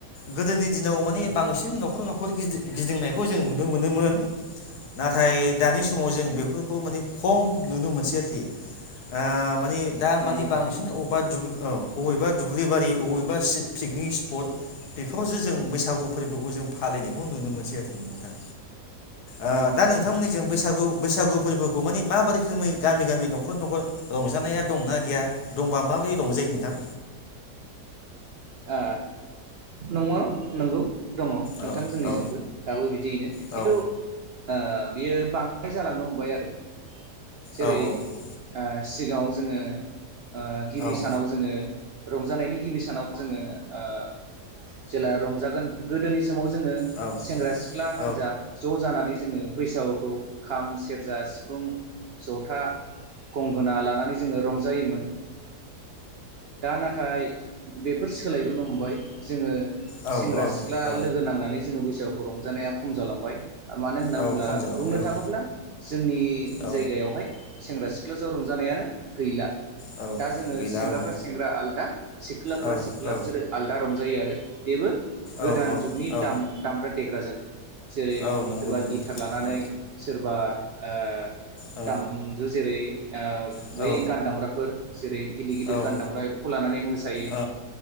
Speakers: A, on the left; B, on the right.
A: गोदोनि दिनाव मानि बांसिन
B: औ
A: न'खर न'खर न'खर गि गिदिंनायखौ जों नुनो मोनोमोन नाथाय दानि समाव जों बेफोरखौ माने खम नुनो मोनसै आरोखि ओ मानि दा
B: नंगौ
A: मानि
B: नोंथां
A: बांसिन
B: औ
A: अबा दुब औ अबेबा दुब्लिबारि अबे- बा सि पिकनिक स्पट बेफोरावसो जों बैसागु फोरबोखौ जों फालिनायखौ नुनो मोनसै आरोखि नोंथां आ
B: नंगौ
A: दा
B: नोंथां
A: नोंथांमोननि जों बैसागौ बैसागो फोरबोखौ माने माबा रोखोमै गामि गामि न'खर न'खर रंजानाया दंनाा गैया दंबा माबोरै रंजायो नोंथां
B: ओ नंमारगौ नंगौ दङ नोंथां
A: औ
B: जोंनिजोंबो
A: औ
B: दाबो बिदियैनो
A: औ
B: खिन्थु
A: औ
B: ओ बियो बां द्राय जालांनो हमबाय आरो जेरै
A: औ
B: आ सिगाङाव जोङो आ गिबि
A: औ
B: सानाव जोङो रंजानायनि गिबि सानाव जोङो आ जेला रंजागोन गोदोनि स माव जोङो
A: औ औ
B: सेंग्रा सिख्ला
A: औ
B: हानजा ज' जानानै जोङो बैसागुखौ खाम सेरजा सिफुं जथा गंगोना लानानै जोङो रंजायोमोन दा नाथाय बेफोर सोलायबोनो हमबाय जोङो
A: औ
B: सेंग्रा सिख्ला
A: औ
B: लोगो नांनानै जोङो बैसागोखौ रं जानाया खम जालांबाय मानो होनना
A: औ
B: बुङोब्ला
A: खम जालांबाय
B: बुंनो
A: औ
B: थाङोब्ला जोंनि
A: औ
B: जायगायावहाय सेंग्रा सिख्लाजों रंजानायानो गैला
A: औ
B: दा जोङो
A: गैला
B: सेंग्राफ्रा
A: औ
B: सेंग्रा आलदा सिख्लाफ्रा
A: औ
B: सिख्ला
A: औ
B: बिसोरो आलदा रंजायो आरो <unintelligible> बेबो गोदान
A: औ
B: जुगनि
A: औ
B: दाम-दामग्रा देग्राजों जेरै
A: औ नंगौ
B: सोरबा
A: नंगौ
B: गिटार लानानै
A: औ
B: सोरबा ओ
A: औ
B: दामजु जेरै ओ
A: ओ
B: बै
A: ओ
B: गान दामग्राफोर जेरै गिदिर गिदिर
A: औ ओ
B: गानदामग्रा बिफोरखौ लानानै मोसा- यो
A: औ